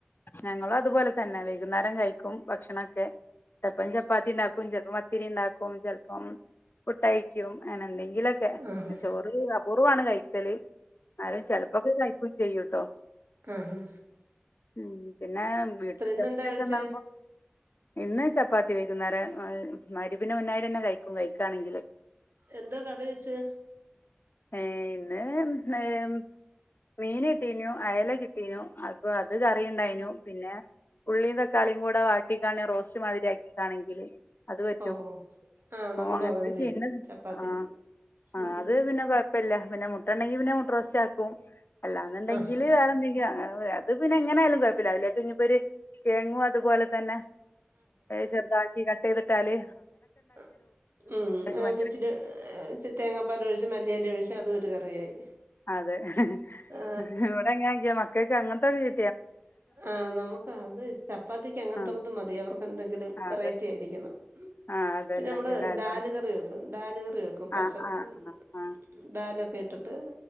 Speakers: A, on the left; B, on the right.
A: ഞങ്ങൾ അതുപോലെ തന്നെ വൈകുന്നേരം കഴിക്ക് ക്കും ഭക്ഷണൊക്കെ ചെൽപ്പം ചപ്പാത്തി ണ്ടാക്കും ചെൽപ്പം പ ത്തിരി ഉണ്ടാക്കും ചെൽപ്പം പുട്ടായിരിക്കും അങ്ങനെ എന്തെങ്കി ന്തെങ്കിലൊക്കെ
B: ആഹ്
A: ചോറ് അബോ കുറവാണ് കഴിക്കല് ന്നാലും ചെൽപ്പൊക്കെ കഴിക്കും ചെയ്യൂട്ട <inaudible>
B: ആഹ ഹഹ
A: ഉം പിന്നെ വീട്ടിന്റെ
B: ഇന്നെന്താ
A: ജസ്റ്റൊക്കെ
B: കഴിച്ചേ
A: ണ്ടാകുമ്പോ ഇന്ന് ചപ്പാത്തി വ ന്നേര മഗ്‌രിബിന്റെ മുന്നായിട്ടന്നെ കഴിക്കും കഴിക്കാണെങ്കില്
B: എന്താ കറി വെച്ചേ
A: ഏഹ്, ഇന്ന് ഏഹ് മീൻ കിട്ടീനു അയല കിട്ടീനു അത് അപ്പൊ അത് കറിയുണ്ടായിനു. പിന്നെ ഉള്ളീം തക്കാളികൂടെ വാട്ടികാണ്ട് റോസ്റ്റ് മാതിരി ആക്കി ക്കാണെങ്കിൽ അത് പറ്റും,
B: ഓ ആഹ്
A: ഓ
B: നമ്മളും
A: അങ്ങനെ
B: ചെയ്യും
A: ചെയ്യ
B: ചപ്പാത്തിക്ക്
A: ആഹ്
B: ഉം
A: അത് പിന്നെ കുഴപ്പല്ല പിന്നെ മുട്ടണെങ്കി പിന്നെ മുട്ടറോസ്റ്റ് ആക്കും. അല്ലാന്നുണ്ടെങ്കില്
B: ആഹ്
A: വേറെ എന്തെങ്കിലും അങ്ങനെ അത് പിന്നെ എങ്ങനെ ആയാലും കൊഴ പ്പല്ല, അതിലേക്ക്‌ ഇനിപൊര് കുഴങ്ങും അതുപോലെ തന്നെ ചെറുതാക്കി കട്ട് കട്ടെയ്തിട്ടാല്
B: അ, ഉം <unintelligible>
A: ഭയങ്കര
B: ഇച്ചിരി
A: ഇഷ്
B: തേങ്ങപാലോയിച്ച് മല്ലിയെല ഒഴിച്ച അത് ഒരു കറിയായി.
A: അതെ <inaudible>
B: ആ
A: ഇവിടെ അങ്ങനൊക്കെയാ മകൾക്ക് <unintelligible>
B: ആഹ് നമുക്ക് അതെ ചപ്പാത്തിക്ക് അങ്ങൻതൊക്കെ
A: ആഹ്
B: മതിയായിരുന്നു അവർക്ക് എന്തെങ്കിലും
A: അതെ
B: വെറൈറ്റി ആയിരിക്കണം.
A: ആഹ് അതന്നെ
B: പിന്നെ നമ്മള്
A: അല്ലാതെ
B: ദാല് കറി വെക്കും ദാല് കറി വെക്കും പച്ച
A: ആഹ്
B: ഹ്മ്മ്
A: ആഹ് ആഹ് ആഹ്
B: ദാല ഇട്ടിട്ട്